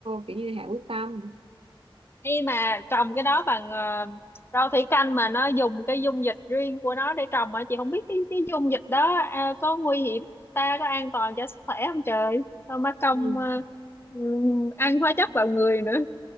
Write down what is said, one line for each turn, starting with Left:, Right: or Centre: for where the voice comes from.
Right: kiểu như hạ quyết tâm
Left: Khi mà trồng cái đó bằng ờ, rau thủy canh mà nó dùng cái dung dịch riêng của nó để trồng mà chị không biết cái cái dung dịch đó à, có nguy hiểm ta có an toàn cho sức khỏe không trời không má công
Right: Ừ.
Left: ờ, ừm, ăn hóa chất vào người nữa